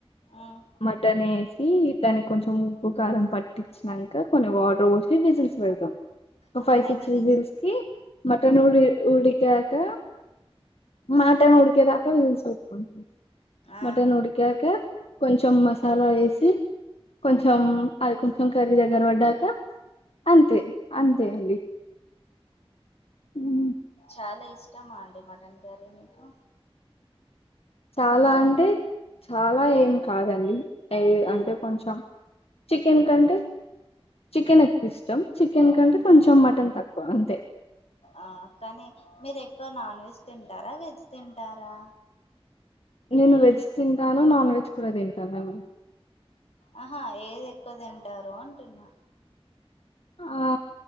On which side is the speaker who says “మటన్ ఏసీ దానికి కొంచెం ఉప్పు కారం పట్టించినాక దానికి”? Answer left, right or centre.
Left